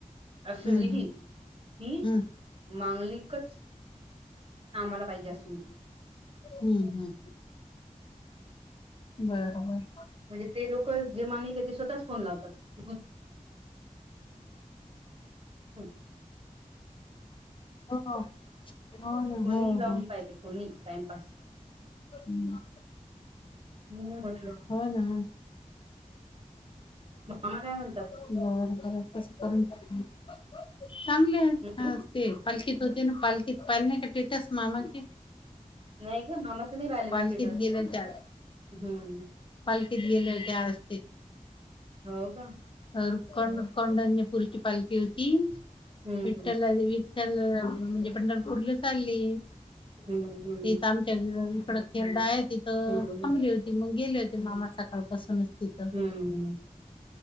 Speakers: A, on the right; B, on the left.
A: अस
B: हम्म
A: लिही की
B: हम्म
A: मांगलिकच आम्हाला पाहिजे असून
B: हम्म हम्म बर बर.
A: म्हणजे ते लोक जे मांगलिक आहेत ते स्वतःच फोन लावतात <unintelligible> <unintelligible>
B: ह हो ना
A: कोणी
B: हा
A: लावून
B: हा.
A: पाहिजे कोणी टाइमपास
B: हं.
A: हम्म म्हटलं
B: हो ना
A: मामा काय म्हणतात?
B: बरं बरं तसं करून बघीन. चांगले आहेत
A: हम्म
B: ते पालखीत होते ना पालखीत पाहिले नाय का टेटस मामाचे
A: नाही ग मामाचं नाही पाहिल
B: पालखीत
A: मी स्टेटस
B: गेल्या त्या
A: हम्म.
B: पालखीत गेलेले त्या असतील
A: हो का.
B: अह कोंड कोंड्यापूरची पालखी होती
A: हम्म
B: विठ्ठललाने <unintelligible> त्या अह म्हणजे पंढरपुरला चालले
A: हम्म
B: <unintelligible> च्या इकड खेळडं आहे तिथं
A: हम्म
B: थांबली
A: हम्म
B: होती मग गेले होते मामा सकाळपासूनच तिथं
A: हम्म.